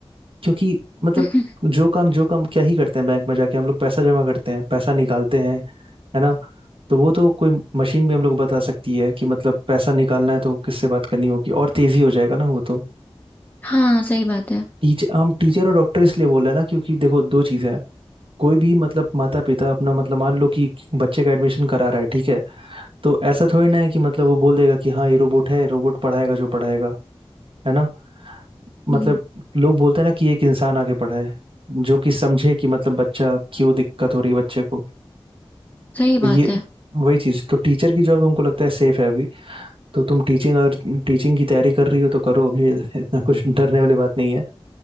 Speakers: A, on the right; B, on the left.
A: क्योंकि मतलब
B: <laughs>
A: जो काम जो काम क्या ही करते हैं बैंक में जाके हम लोग पैसा जमा करते हैं पैसा निकालते हैं है ना तो वो तो कोई मशीन भी हम लोग को बता सकती है कि मतलब पैसा निकालना है तो किससे बात करनी होगी और तेजी हो जाएगा ना वो तो
B: हाँ सही बात है
A: टीचर हम टीचर और डॉक्टर इसलिए बोल रहे हैं ना क्योंकि देखो दो चीजें हैं कोई भी मतलब माता पिता अपना मतलब मान लो कि बच्चे का एडमिशन करा रहा है ठीक है तो ऐसा थोड़ी ना है कि मतलब वो बोल देगा कि हाँ ये रोबोट है रोबोट पढ़ाएगा जो पढ़ाएगा है ना मतलब
B: हम्म,
A: लोग बोलते हैं ना कि एक इंसान आगे पढ़ाए जो कि समझे कि मतलब बच्चा क्यों दिक्कत हो रही है बच्चे को
B: सही
A: तो
B: बात
A: ये
B: है
A: वही चीज तो टीचर की जॉब हमको लगता है सेफ है अभी तो तुम टीचिंग अगर टीचिंग की तैयारी कर रही हो तो करो अभी <laughs> इतना कुछ डरने वाली बात नहीं है